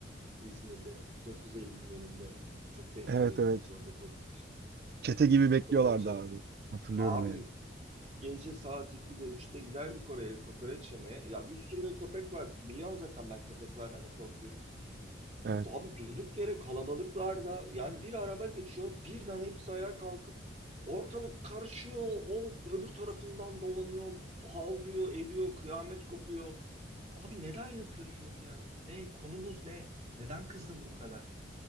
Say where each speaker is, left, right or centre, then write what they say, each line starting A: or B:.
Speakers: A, on the right; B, on the right.
A: İzmir'de 9 Eylül'ün önünde çok denk
B: Evet
A: gelirdik
B: evet.
A: biz orada kok bizim,
B: Çete gibi bekliyorlardı
A: e, kokoreç ar-
B: abi. Hatırlıyorum
A: Abi
B: yani.
A: gece saat 2'de üçte giderdik oraya kokoreç yemeye. Ya bir sürü de köpek var. Biliyorsun zaten ben köpeklerden de korkuyorum.
B: Evet.
A: Abi durduk yere kalabalıklarda yani bir araba geçiyor birden hepsi ayağa kalkıp ortalık karışıyor o öbür tarafından dolanıyor havlıyor ediyor kıyamet kopuyor. Abi neden yapıyorsunuz yani bu ne konumuz ne neden kızdın bu kadar